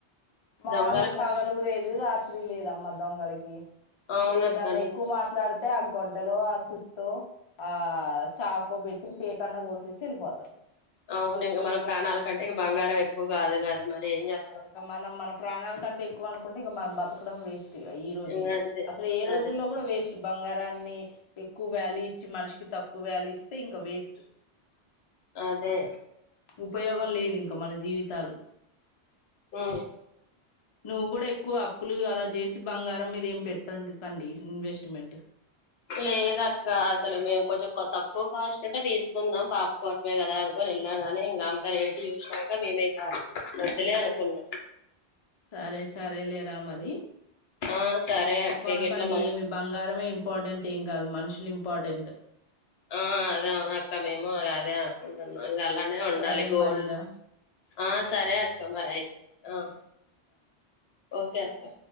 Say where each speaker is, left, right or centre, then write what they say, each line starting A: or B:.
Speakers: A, on the left; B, on the left.
A: మార్నింగ్
B: దొంగలక
A: పగలూ లేదు రాత్రి ఏది లేదమ్మ దొంగలకి
B: అవునక్క
A: లేదన్న
B: నేను
A: ఎక్కువ మాట్లాడు తే ఆ గొడ్డలో ఆ సుత్తో ఆ చాకో పెట్టి పీకన్నా కోసేసి వెళ్ళిపోతారు
B: అవును ఇంకా మన ప్రాణాల కంటే ఇక బంగారం ఎక్కువ కాదు కద మరేం
A: ఆ
B: చేత్తం
A: ఇక మనం మన ప్రాణాల కంటే ఎక్కువ అనుకుంటే ఇక మనం బతకడం వెస్ట్ ఇక ఈ రోజుల్లో
B: ఇంగ అంతే
A: అసలు ఏ రోజుల్లో
B: అదే
A: కూడా వేస్ట్ బంగారాన్ని ఎక్కువ వేల్యూ ఇచ్చి మనిషికి తక్కువ వేల్యూ ఇస్తే ఇంకా వేస్ట్
B: అదే
A: ఉపయోగం లేదు ఇంక మన జీవితాలు
B: హ్మ్
A: నువ్వు కూడా ఎక్కువ అప్పులు అలా చేసి బంగారం మీదేం పెట్టుండ కండి ఇన్వెస్ట్మెంట్
B: లేదక్క అసలు మేము కొంచెం తక్కువ కాస్ట్ ఉంటే తీసుకుందాం పాప కోసమే కదా అనుకుని వెళ్ళాం కాని ఇంకా అంత రేటు చూసినాక మేము ఇక వద్దులే అనుకున్నాం
A: సరే సరేలేరా మరి
B: ఆ సరే అక్క
A: కొనకండి
B: గిట్ల మరి
A: ఏమి బంగారమే ఇంపార్టెంట్ ఏం కాదు మనుషులు ఇంపార్టెంట్
B: ఆ అదా అవునక్కా మేము అదేనుకుంటున్నామ్ ఇంకా అలానే ఉండాలి
A: సరే
B: గోల్డ్
A: మరిరా
B: ఆ సరే అక్క మరి అయితే ఆ ఓకే అక్కా